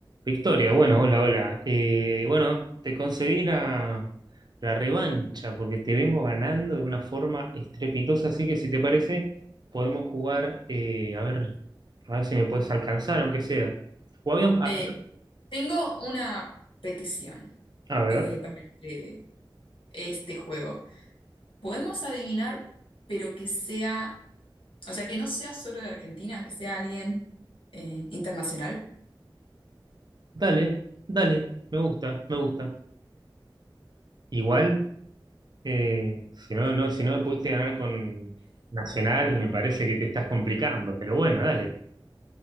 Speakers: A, on the right; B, on the left.
A: Victoria, bueno, hola, hola. Eh, bueno, te concedí la, la revancha porque te vengo ganando de una forma estrepitosa, así que si te parece, podemos jugar, eh, a ver, a ver si me puedes alcanzar, aunque sea. O habíamos- a,
B: Eh, tengo una petición
A: a ver,
B: eh, para este, este juego. Podemos adivinar, pero que sea, o sea, que no sea solo de Argentina, que sea alguien eh, internacional.
A: dale, dale, me gusta, me gusta. Igual, eh, si no, no, si no me pudiste ganar con Nacional, me parece que te estás complicando, pero bueno, dale.